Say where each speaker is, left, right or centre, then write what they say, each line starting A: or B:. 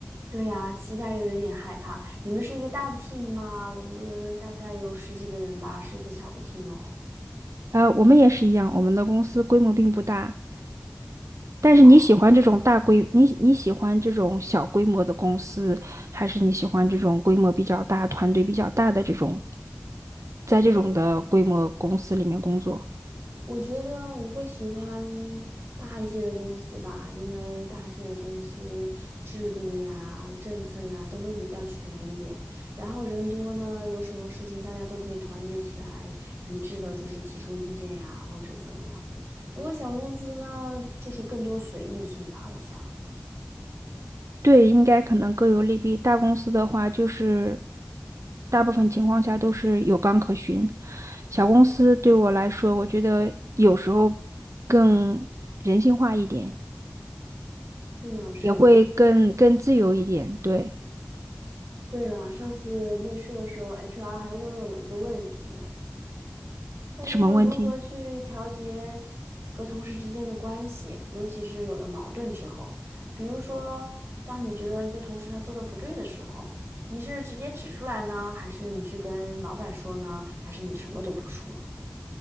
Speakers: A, on the right; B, on the right.
A: 对呀，期待又有点害怕。你们是一个大的 team 吗？我们大概有十几个人吧，是一个小的 team 哦。
B: 呃，我们也是一样，我们的公司规模并不大，但是你喜欢这种大规，
A: 哦。
B: 你你喜欢这种小规模的公司，还是你喜欢这种规模比较大、团队比较大的这种，在这种的规模公司里面工作？
A: 呃我觉得我会喜欢大一些的公司吧，因为大一些的公司制度呀、政策呀都会比较全一点。然后人多呢，有什么事情大家都可以团结起来，一致的就是提出意见呀，或者怎么样。如果小公司呢，就是更多随意性吧，我想。
B: 对，应该可能各有利弊。大公司的话，就是大部分情况下都是有纲可循。小公司对我来说，我觉得有时候更人性化一点，
A: 是呢，是呢。
B: 也会更更自由一点。对，
A: 对了，上次面试的时候，HR 还问了我一个问题，他说如何去调节和同事之间的关系，
B: 什么问题？
A: 尤其是有了矛盾之后，比如说，当你觉得一个同事他做的不对的时候，你是直接指出来呢，还是你去跟老板说呢，还是你什么都不说？